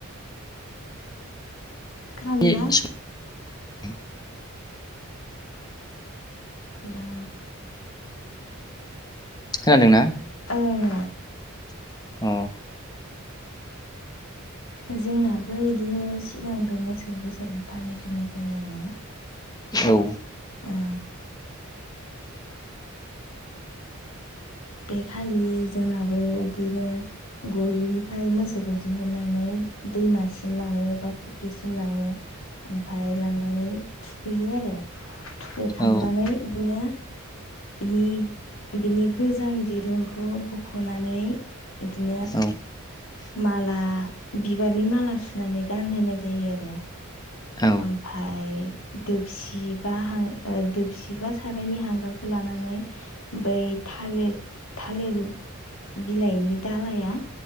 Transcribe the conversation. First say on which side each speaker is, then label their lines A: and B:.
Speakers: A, on the left (about 70°); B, on the left (about 20°).
A: खोनादोंना
B: एसे <inaudible>
A: दा।
B: खोनादोंना
A: उम।
B: औ।
A: जोंनाबो यदिनो सिगांग्रो मोसौ बैसागु फालिग्रोनाय जायो आरो।
B: औ।
A: ओ बे खालि जोंनाबो बिदिनो गलिनिफ्राय मोसौखौ दिहुुननानै दैमासिम लाङो बा फुख्रिसिम लाङो। ओमफाय लांनानै। थुखैयो आरो । थुखैखांनानै
B: औ
A: इदिनो नि बिनि गोजाम दिरुंखौ बख'नानै इदिनो
B: औ
A: माला बिबारनि माला सुनानै गानहोनाय जायो आरो
B: औ
A: ओमफ्राय दोबसि बा हां ओ दोबसि बा सारायनि हांगारखौ लानानै बै थालिर थालिर बिलाइनि दालाया